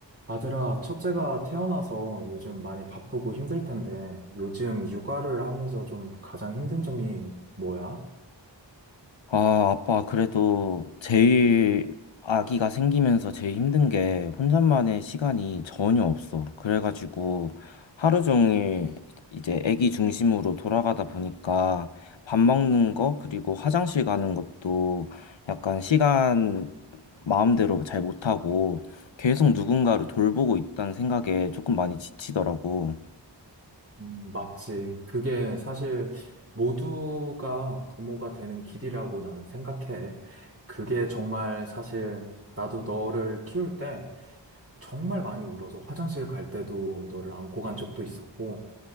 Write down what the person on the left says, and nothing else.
아, 아빠, 그래도 제일 아기가 생기면서 제일 힘든 게 혼자만의 시간이 전혀 없어. 그래가지고 하루 종일 이제 아기 중심으로 돌아가다 보니까 밥 먹는 거, 그리고 화장실 가는 것도 약간 시간 마음대로 잘 못하고 계속 누군가를 돌보고 있다는 생각에 조금 많이 지치더라고.